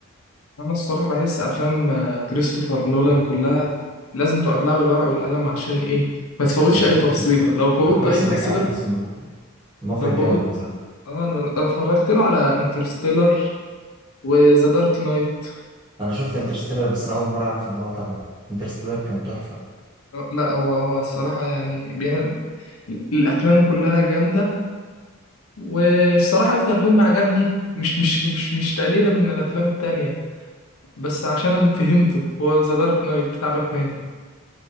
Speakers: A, on the left; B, on the right.
A: انا الصراحه بحس افلام آه، كريستوفر نولان كلها لازم تقعد لها بالورق والقلم عشان ايه ما تفوتش
B: بالظبط
A: اي تفصيله
B: انت
A: لو فوتت
B: أنت كويس
A: اي تفصيله
B: إنك عارف اسم المخرج المخرج
A: لو فوت
B: جامد بصراحة
A: اه انا أنا اتفرجت له على انترستيلر وذا دارك نايت
B: أنا شفت انترستيلر بس أنا أول مرة أعرف إن هو تبعه انترستيلر كان تحفة
A: لا هو هو الصراحه يعني بيعمل الافلام كلها جامده والصراحه اكتر فيلم عجبني مش مش مش مش تقليلا من الافلام التانية بس عشان أنا فهمته هو ذا دارك نايت بتاع باتمان